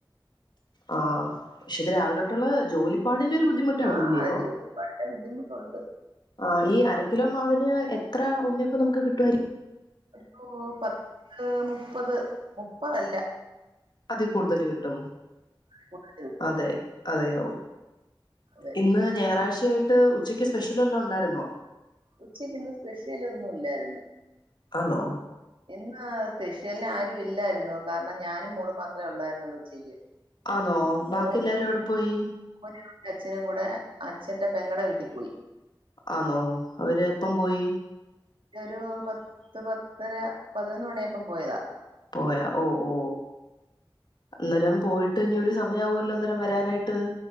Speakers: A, on the left; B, on the right.
A: ആഹ് പക്ഷെ ഇത് രാവിലെ തൊട്ടുള്ള ജോലിപ്പാടില് ബുദ്ധിമുട്ടാണല്ലിയോ
B: ആഹ് ജോലി വളരെ ബുദ്ധിമുട്ടുണ്ട്
A: ആ ഈ അരകിലോ മാവിന് എത്ര ഉണ്ണിയപ്പം നമുക്ക് കി റ്റ്വൻ്റി
B: ഒരു പത്ത് മുപ്പത് പ്പതല്ല
A: അതി കൂടുതല് കിട്ടും
B: കൂടുതല് കിട്ടും
A: അതെ അതെയോ
B: അതെ
A: ഇന്ന് ഞായറാഴ്ചയായിട്ട് ഉച്ചക്ക് സ്പെഷ്യൽ വല്ലോം ഉണ്ടാരുന്നോ
B: ഉച്ചക്കിന്ന് സ്പെഷ്യലൊന്നും ഇല്ലായിരുന്നു
A: ആണോ
B: ഇന്ന് സ്പെഷ്യൽ ന് ആരും ഇല്ലാരുന്നു കാരണം ഞാനും മോളും മാത്രേ ഉള്ളാര്ന്നൊള്ളൂ ഉച്ചയ്ക്ക്
A: ആന്നോ
B: ഉം, മോനും
A: ബാക്കി എല്ലാരും എവിടെ പോയി
B: <unintelligible> അച്ഛനും കൂടെ അച്ഛന്റെ പെങ്ങടെ വീട്ടിൽ പോയി
A: ആന്നോ അവര് എപ്പം പോയി
B: രൊരു പത്ത് പത്തര പതിനൊന്ന് മണിയായപ്പം പോയതാ
A: പോയാ ഓ ഓ അന്നേരം പോയിട്ട് ഇനി ഒരു സമയവൊല്ലോ അന്നേരം വരാനായിട്ട്